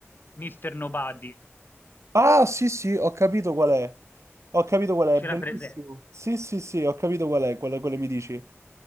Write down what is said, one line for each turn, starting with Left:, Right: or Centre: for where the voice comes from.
Left: Mister Nobody,
Right: Ah, sì, sì, ho capito qual è. Ho capito qual è,
Left: c'era
Right: è bellissimo.
Left: presente,
Right: Sì, sì, sì, ho capito qual è, quale, quale mi dici.